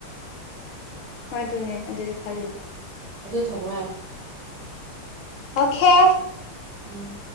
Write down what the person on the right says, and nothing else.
ꯑꯗꯨꯗꯤ ꯊꯝꯃꯣ ꯌꯥꯔꯦ
ꯎꯝ